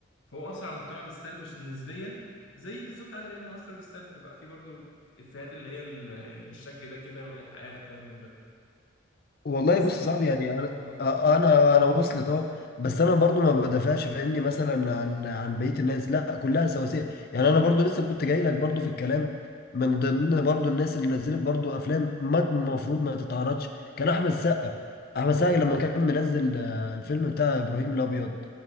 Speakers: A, on the left (about 70°); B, on the left (about 50°).
A: فهو اثر على المجتمع بالسلب نسبيا زي بالظبط عادل امام اثر بالسلب بيبقى فيه برضو افيهات اللي هي ال- ال- بالشكل ده كده وايحاءات وكلام من ده
B: والله
A: بس
B: بص
A: انت
B: صعب يعني انا
A: اه
B: آه، انا انا وصلت اه بس انا برضو ما بدافعش فاهمني مثلا عن عن بقيه الناس لا كلها سواسيه يعني انا برضو لسه كنت جاي لك برضو في الكلام من ضمن برضو الناس اللي نزلت برضو افلام ما المفروض ما تتعرضش كان احمد السقا احمد السقا لما كان منزل آه، الفيلم بتاع ابراهيم الابيض